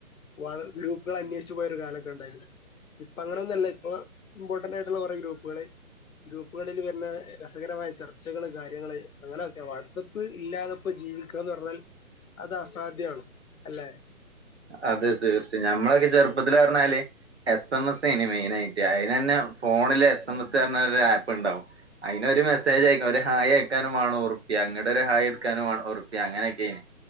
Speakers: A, on the left; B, on the right.
A: വളരെ ഗ്രൂപ്പുകൾ അന്വഷിച്ച് പോയ ഒരു കാലൊക്കെ ണ്ടായിരുന്നു. ഇപ്പ അങ്ങനൊന്നല്ല ഇപ്പൊ ഇമ്പോർട്ടന്റ് ആയിട്ടുള്ള കുറേ ഗ്രൂപ്പുകള്. ഗ്രൂപ്പുകളിൽ വരുന്ന രസകരമായ ചർച്ചകള് കാര്യങ്ങള്. അങ്ങനെയൊക്കെ വാട്സആപ്പ് ഇല്ലാതപ്പോ ജീവിക്കുകന്ന് പറഞ്ഞാൽ അത് അസാധ്യമാണ് അല്ലെ
B: അതെ തീർച്ചയായും ഞമ്മളൊക്കെ ചെറുപ്പത്തില് പറഞ്ഞാല് എസ് എം എസ് എനി മെയിൻ ആയിട്ട അതിന് തന്നെ ഫോണില് എസ് എം എസ് പറഞ്ഞ ഒരു ആപ്പ് ഉണ്ടാവും അതിനന് ഒരു മെസേജ് അയക്കാനും ഒരു ഹായ അയക്കാനും വേണം ഒരു ഉറപ്പിയ അങ്ങടെ ഒരു ഹായ എടുക്കാനും ഉറപ്പിയ അങ്ങനൊക്കെ എനി